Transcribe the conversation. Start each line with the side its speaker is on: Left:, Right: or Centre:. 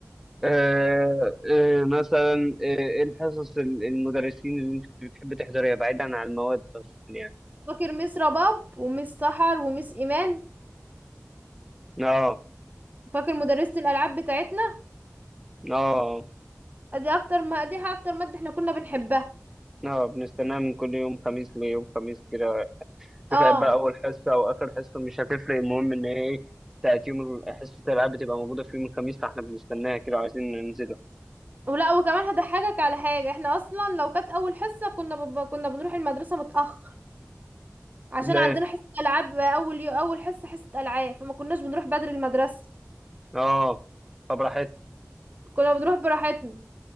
Centre: أه أه مثلا آه، ايه الحصص ال- المدرسين اللي انت كنت بتحب تحضرها بعيدا عن المواد اصلا يعني
Right: فاكر ميس رباب وميس سحر وميس ايمان
Centre: اه
Right: فاكر مدرسة الالعاب بتاعتنا
Centre: اه
Right: دي اكتر ما دي اكتر مادة احنا كنا بنحبها
Centre: اه بنستناها من كل يوم خميس ليوم خميس كده تخيل
Right: اه
Centre: بقى اول حصه او اخر حصه مش هتفرق المهم ان هي ايه بتاعت يوم ال- حصه الالعاب بتبقى موجوده في يوم الخميس فاحنا بنستناها كده وعايزين ننزل
Right: ولا وكمان هضحكك على حاجة احنا اصلا لو كانت اول حصة كنا بب... كنا بنروح المدرسة متأخر عشان
Centre: ليه
Right: عندنا حصة العاب اول يو... اول حصة حصة العاب فما كناش بنروح بدري المدرسة
Centre: اه طب راحت
Right: كنا بنروح براحتنا